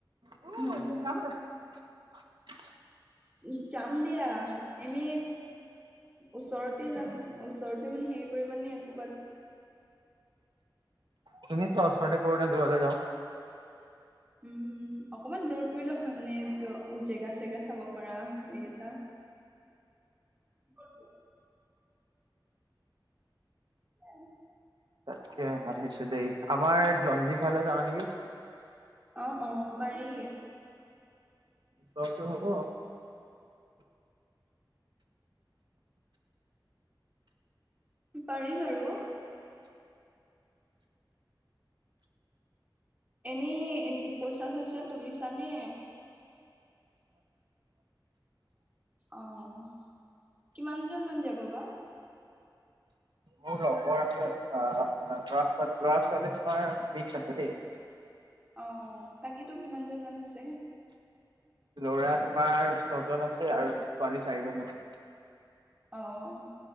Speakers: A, on the right (about 75°); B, on the right (about 20°).
A: <unintelligible>
B: উম উম যা যাম দিয়া এনেই ওচৰতে যাম ওচৰতে মানে হেৰি কৰিব নে কবাত।
A: তুমি কোৱা চাইদে কৰবাত দূৰতে যাওঁ ।
B: উম অকমান দূৰত পৰিলে হয় মানে জেগা চেগা চাব পৰা হেৰি এটা। <inaudible> <inaudible>
A: তাকে ভাবিছো দেই আমাৰ জঞ্জিৱ ফালে যাওঁ নেকি?
B: অ অ পাৰি।
A: ত এইটো হব?
B: পাৰি বাৰু। এনেই এনে পইচা চইচা তুলিছানে? অ' কিমানজন মান যাব বা?
A: মোৰ লগৰ আছে অ ল'ৰা ছোৱালী ল'ৰা ছোৱালী তোমাৰ মিক্স আছে দেই।
B: অ' তাকেতো কিমান জন মান আছে?
A: ল'ৰা তোমাৰ ছজন আছে আৰু ছোৱালী চাৰিজনী ।
B: অ'